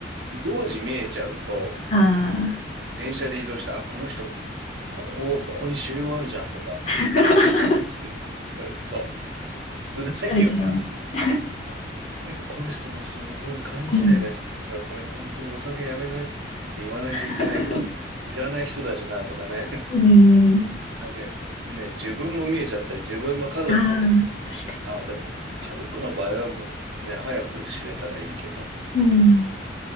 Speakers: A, on the right (about 70°); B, on the left (about 35°).
A: 常時見えちゃうと、
B: ああ、
A: 電車で移動して、あ、この人、ここ、ここに腫瘍あるじゃんとか、
B: <laughs>
A: <laughs> いろいろ聞いと、辛いよね。
B: 疲れちゃいますね。
A: うん。なんか、この人もすごい肝肥大がすごいから、
B: うん。
A: これも本当にお酒やめなって言わないといけないけど、
B: <laughs>
A: 知らない人だしなとかね。
B: うん。
A: なんかね、自分も見えちゃったり、自分の家族とかもね、
B: ああ、確か
A: あ、でも、家族の場合はもうね、早く知れたらいいけど、
B: に。うん。